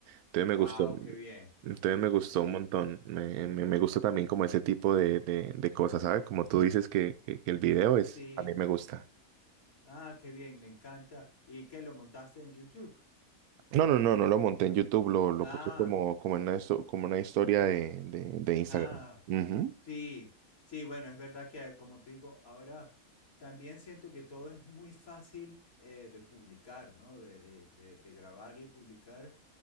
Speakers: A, on the right; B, on the left.
A: Entonces
B: Wow,
A: me gustó,
B: qué bien.
A: entonces me gustó
B: Sí,
A: un montón. Me, me, me gusta también como ese tipo de, de, de cosas, ¿sabes? Como tú dices que, que, que el video
B: sí.
A: es, a mí me gusta.
B: Ah, qué bien, me encanta. ¿Y qué lo montaste en YouTube?
A: No, no, no, no lo monté en YouTube, lo, lo
B: Ah,
A: puse como, como en una, histo- como una historia de, de, de Instagram.
B: ah,
A: Ujú.
B: sí. Sí, bueno, es verdad que como te digo, ahora también siento que todo es muy fácil eh, de publicar, ¿no? De, de, de, de grabar y publicar.